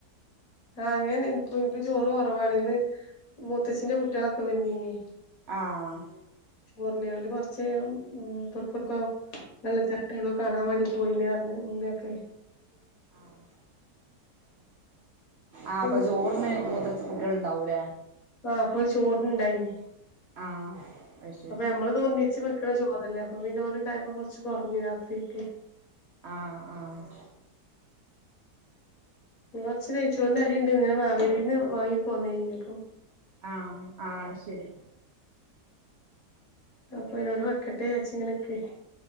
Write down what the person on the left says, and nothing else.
ആഹ് അങ്ങനെന്നെ ഇന്ക്കും ഇൻക് ചോറ് കൊറവാണ്. ഇന്ന് മൂത്തച്ചിന്റെ കുട്ടിയാളൊക്കെ വന്നീനി
മുറിഞ് കാണ്ട് കൊർച്ചയിഞ്ഞാ ഉം ഇബട്ക്ക് ഒട്ക്കോ വെള്ളച്ചാട്ടൊ എവിടെ കാണാൻ വേണ്ടി പോയീണ് പർഞ്ഞ് ഇമ്മയൊക്കെ
ആഹ്
ആഹ് അപ്പൊ ചോറ്ന് ഇണ്ടായിനി
അപ്പൊ നമ്മള്തൊന്നിച്ച് വെക്കണ ചോറല്ലേ അപ്പൊ പിന്നെ ഓല്ണ്ടായപ്പോ കൊറച്ച് കൊറഞ്ഞ് രാത്രികക്ക്
കൊറച്ച് നൈച്ചോറിന്റെ അരിണ്ട് ഇന്നലെ മാവേലീന്ന് വാങ്ങിപ്പോന്നേനി അപ്പൊ
അപ്പൊ അയ്ന്നോട് വെക്കട്ടെ വിചാര്ച്ച് ഇങ്ങനെ നിക്കേയ്നി